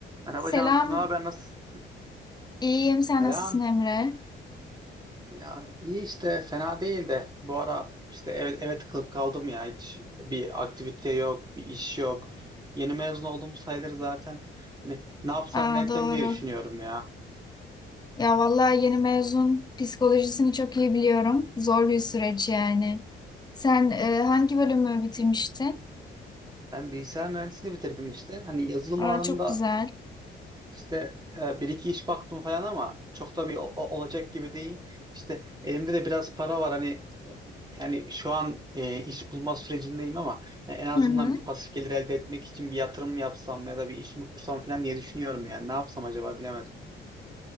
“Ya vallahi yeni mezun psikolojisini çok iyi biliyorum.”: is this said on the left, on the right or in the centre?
Left